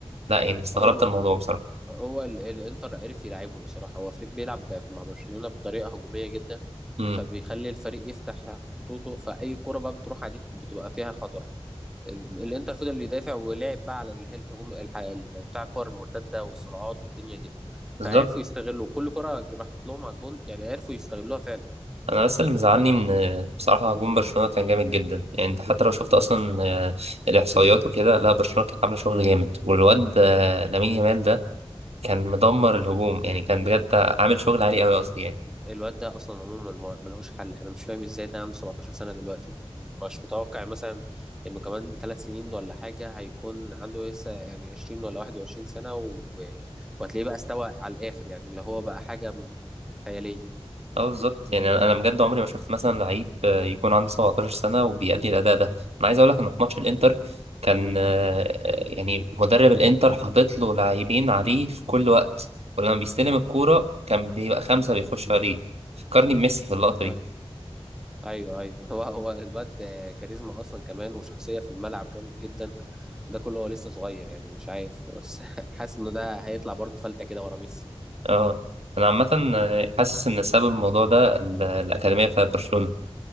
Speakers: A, on the right (about 80°); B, in the centre.
A: لا يعني استغربت
B: هو م...
A: الموضوع بصراحه
B: هو ال... الانتر عرف يلعبهم الصراحه هو فليك بيلعب مع برشلونه بطريقه هجوميه جدا
A: امم
B: فبيخلي الفريق يفتح خطوطه فاي كره بقى بتروح عليك بتبقى فيها خطر الانتر فضل اللي يدافع ولعب بقى على اللي هي الهجوم الح- ال- بتاع الكور المرتده والسرعات والدنيا دي
A: بالظبط
B: فعرفوا يستغلوا كل كره راحت لهم على الجون يعني عرفوا يستغلوها فعلا
A: انا بس اللي مزعلني ان بصراحه هجوم برشلونه كان جامد جدا يعني انت حتى لو شفت اصلا آه، الاحصائيات وكده لا برشلونه كانت عامله شغل جامد والواد آه، لامين يامال ده كان مدمر الهجوم يعني كان بجد عامل شغل عالي قوي قصدي يعني
B: الواد ده اصلا عموما ما- ملهوش حل انا مش فاهم ازاي ده عنده 17 سنه دلوقتي يعني مش متوقع مثلا انه كمان ثلاث سنين ولا حاجه هيكون عنده لسه يعني 20 ولا 21 سنه و... وهتلاقيه بقى استوى على الاخر يعني اللي هو بقى حاجه م- خياليه
A: اه بالظبط يعني انا أنا بجد عمري ما شفت مثلا لعيب آه، يكون عنده 17 سنه وبيأدي الاداء ده انا عايز اقول لك انه في ماتش الانتر كان آه، آه، يعني مدرب الانتر حاطط له لاعبين عليه في كل وقت ولما بيستلم الكوره كان بيبقى خمسه بيخشوا عليه فكرني بميسي في اللقطه
B: ايوه
A: دي
B: ايوه ايوه <laughs> هو هو الواد كاريزما اصلا كمان وشخصيه في الملعب جامد جدا ده كله هو لسه صغير يعني مش عارف بس <laughs> حاسس انه ده هيطلع برضه فلته كده ورا ميسي
A: اه انا عامه
B: إن-
A: آه، حاسس ان سبب الموضوع ده ال- الاكاديميه بتاعت برشلونه